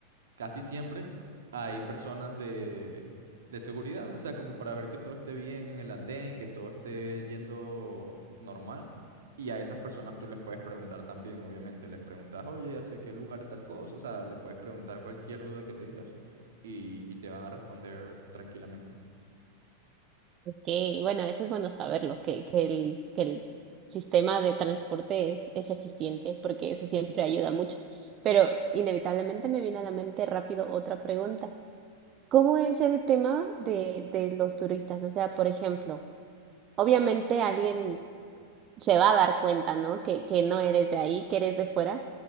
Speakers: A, on the right; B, on the right.
A: casi siempre hay personas de, de seguridad, o sea, como para ver que todo esté bien en el andén, que todo esté yendo normal. Y a esas personas tú les puedes preguntar también, obviamente. Les preguntas, oye, ¿hace qué lugar tal cosa? O sea, le puedes preguntar cualquier duda que tengas y, y te van a responder tranquilamente.
B: okay. Bueno, eso es bueno saberlo, que, que el, que el sistema de transporte es, es eficiente, porque eso siempre ayuda mucho. Pero inevitablemente me vino a la mente rápido otra pregunta. ¿Cómo es el tema de, de los turistas? O sea, por ejemplo, obviamente alguien se va a dar cuenta, ¿no? Que, que no eres de ahí, que eres de fuera.